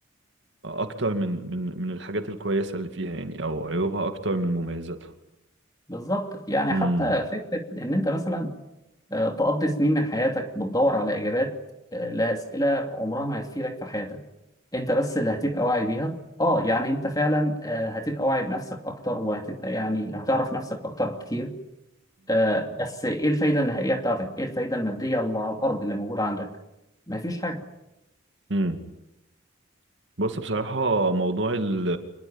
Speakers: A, on the right (about 60°); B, on the left (about 20°).
A: اكتر من من من الحاجات الكويسة اللي فيها يعني او عيوبها اكتر من مميزاتها
B: بالظبط يعني
A: امم
B: حتى فكره ان انت مثلا آه، تقضي سنين من حياتك بتدور على اجابات آه، لاسئله عمرها ما هتفيدك في حياتك انت بس اللي هتبقى واعي بيها اه يعني انت فعلا آه، هتبقى واعي بنفسك اكتر وهتبقى يعني هتعرف نفسك اكتر بكتير آه بس ايه الفايده النهائيه بتاعتك ايه الفايده الماديه اللي على الارض اللي موجوده عندك مفيش حاجه
A: امم بص بصراحة موضوع ال